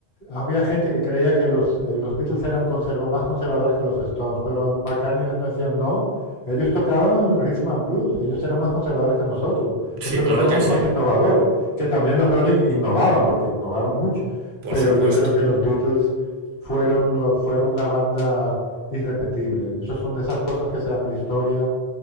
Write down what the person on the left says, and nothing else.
había gente que creía que los, eh, los Beatles eran conserva- más conservadores que los Stones, pero McCartney les decía no. Ellos tocaban rhythm and blues, ellos eran más conservadores que nosotros.
Nosotros
éramos
más innovadores, que también los Rolling innovaban, porque innovaron mucho.
Pero
yo creo que los Beatles fueron, lo- fueron una banda irrepetible. Esas son de esas cosas que se dan en la historia,